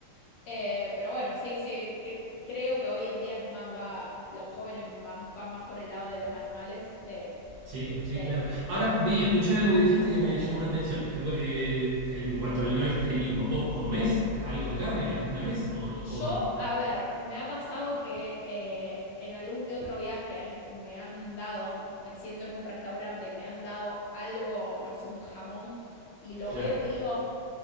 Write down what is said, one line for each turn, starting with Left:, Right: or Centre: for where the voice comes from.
Left: eh, pero bueno, sí, sí, cre- creo que hoy en día es más, va, los jóvenes más, van más por el lado de los animales, de,
Right: Sí, sí,
Left: de-
Right: claro. Ahora vi, escuché algo que dijiste que me llamó la atención. Eh, vo- eh, en cuanto al no extremismo, ¿vos comés algo de carne alguna vez o,
Left: Yo,
Right: o no?
Left: a ver, me ha pasado que eh, en algún que otro viaje me han dado, me siento en un restaurante y me han dado algo, no sé, un jamón, y lo
Right: Claro.
Left: veo y digo,